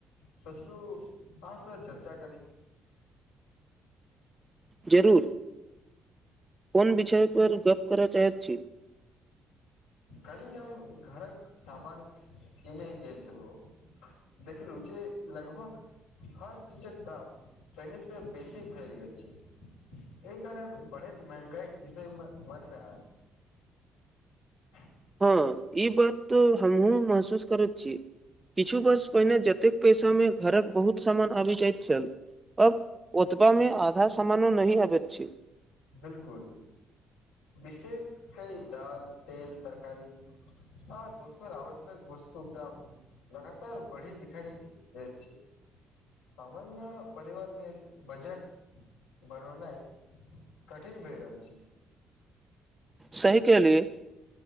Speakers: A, on the left; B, on the right.
A: सोचलू अहाँसँ चर्चा करी।
B: जरूर कोन विषय पर गप करय चाहैत छी।
A: काल्हि हम घरक सामान किनय गेल छलहुँ। देखलु जे लगभग। हर चीजक दाम पहिनेसँ बेसी भेल जाए छै। एहि कारण बढ़ैत महँगाइके विषयमे मनमे आय। <inaudible>
B: हँ, ई बात तऽ हमहुँ महसूस करैत छी। किछु वर्ष पहिने जतेक पैसामे घरक बहुत सामान आबि जाइत छल। अब ओतबामे आधा सामानो नही आबैत छि।
A: बिल्कूल विशेष कई दाल तेल तरकारी। आ दोसर आवश्यक बस्तुर दाम। लगातार बढ़ी दिखाई दै छी। सामन्य परिवार लेल बजट बनाइ। कठिन भए रहल छै।
B: सही क़हलिये।